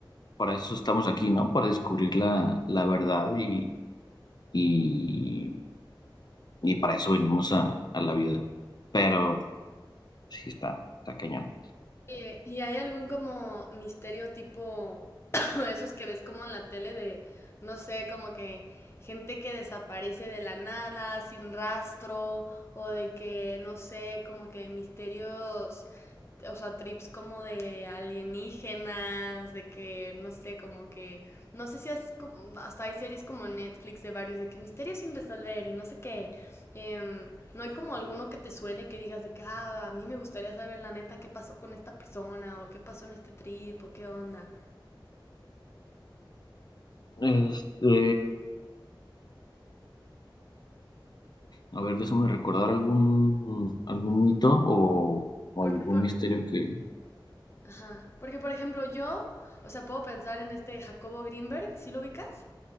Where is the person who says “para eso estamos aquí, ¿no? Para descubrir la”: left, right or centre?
Left